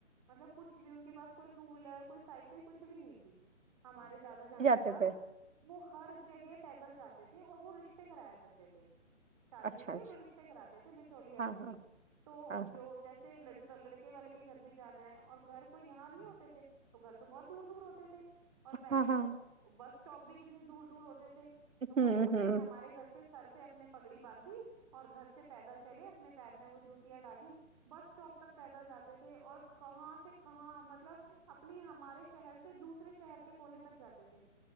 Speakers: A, on the right (about 25°); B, on the right (about 80°).
A: مطلب کچھ بھی ان کے پاس کوئی ٹو ویلر کوئی سائیکل کچھ بھی نہیں تھی ہمارے دادا جان
B: تو
A: پاس وہ ہر جگہ پیدل جاتے تھے اور وہ رشتے کرایا کرتے تھے شادیوں
B: اچھا اچھا
A: کے وہ رشتے کراتے تھے بچولیا
B: ہاں
A: تھے وہ
B: ہاں
A: تو
B: ہاں
A: جو جیسے لڑکی تو لڑکے والے کے گھر بھی جانا ہے اور گھر کوئی یہاں نہیں ہوتے تھے تو گھر تو بہت دور دور ہوتے تھے اور پہلے
B: ہاں ہاں
A: تو بس اسٹاپ بھی کتنی دور دور ہوتے تھ تو
B: ہوں
A: وہ اپنے
B: ہوں
A: ہمارے گھر سے سر پہ اپنے پگڑی باندھی اور گھر سے پیدل چلے اپنے پیر میں وہ جوتیاں ڈالی بس اسٹاپ تک پیدل جاتے تھے اور کہاں سے کہاں مطلب اپنی ہمارے شہر سے دوسرے شہر کے کونے تک جاتے تھے